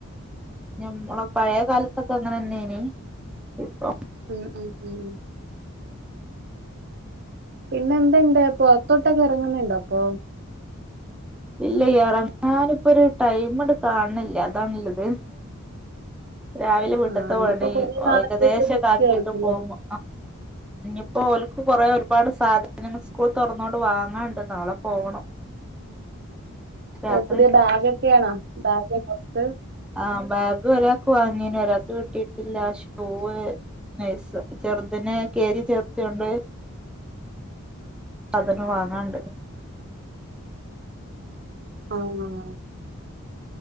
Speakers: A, in the centre; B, on the right.
A: ഞമ്മള പഴയ കാലത്തൊക്കെ അങ്ങനെ ന്നെയനി ഇപ്പ
B: ഉം ഉം ഉം ഉം പിന്നെ എന്തുണ്ട് പൊറത്തോട്ടൊക്കെ ഇറങ്ങുന്നുണ്ടോപ്പൊ
A: ഇല്ല ഇറങ്ങാനപ്പൊ ഒരു ടൈംണ് കാണണില്ലഅതാണുള്ളത് രാവിലെ വീട്ട്ത്തെ
B: ആഹ് ഇനിയിപ്പോ
A: പണി
B: കൊറേ നാളത്തേക്ക്
A: ഏകദേശംക്കെ
B: ബിസി
A: ആക്കിട്ട്
B: ആയിരിക്കുംല്ലേ
A: പോക്പോ ഇഞ്ഞിപ്പോ ഓൽക്ക് കൊറേ ഒരുപാട്
B: ആ
A: സാധനങ്ങൾ സ്കൂൾ തുറന്നുകോണ്ട് വാങ്ങാണ്ട് നാളെ പോവണം രാത്രി
B: ഓ പുതിയ ബാഗ ഒക്കെയ ആണോ ബാഗ്ബുക്
A: ആഹ ബാഗ് ഒരാൾക്ക് വാങ്ങീന ഒരാൾക്ക് കിട്ടിട്ടില്ല ഷൂവ് നൈസ് ചെറുതന് കേരി ചെർത്തിയോണ്ട് സാധന വാങ്ങാണ്ട്
B: ആഹ ആഹാ